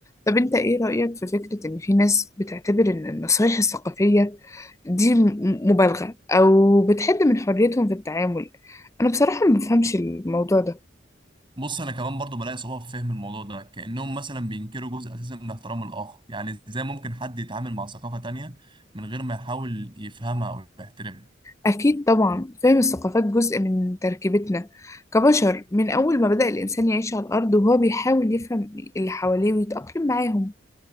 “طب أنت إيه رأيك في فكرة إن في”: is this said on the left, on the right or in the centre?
Left